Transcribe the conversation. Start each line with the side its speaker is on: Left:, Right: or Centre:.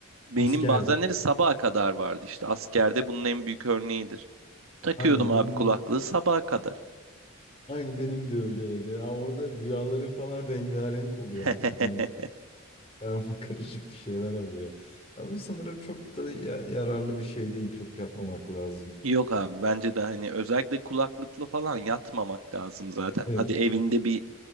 Right: Benim
Left: Askerde.
Right: bazenleri sabaha kadar vardı işte. Askerde bunun en büyük örneğidir. Takıyordum
Left: Aynen
Right: abi
Left: benim
Right: kulaklığı sabaha kadar.
Left: aynı benim de öyleydi ya. Orada rüyaların falan rengarenk oluyor
Right: <laughs>
Left: artık ne karma karışık bir şeyler oluyor. Ama sanırım çok da ya- yararlı bir şey değil. Çok yapmamak lazım.
Right: Yok abi bence de hani özellikle kulaklıklı falan yatmamak lazım zaten.
Left: Evet.
Right: Hadi evinde bir